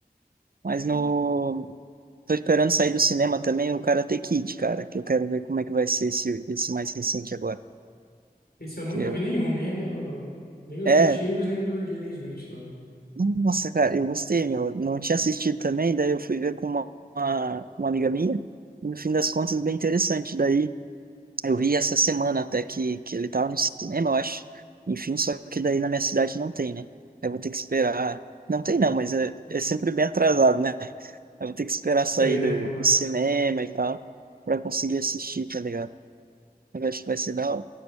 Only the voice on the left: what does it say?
É.
Esse eu nunca
vi nenhum, nem, era nem os
antigos, nem o do Jaden Smith lá.
Sei bem
como
é.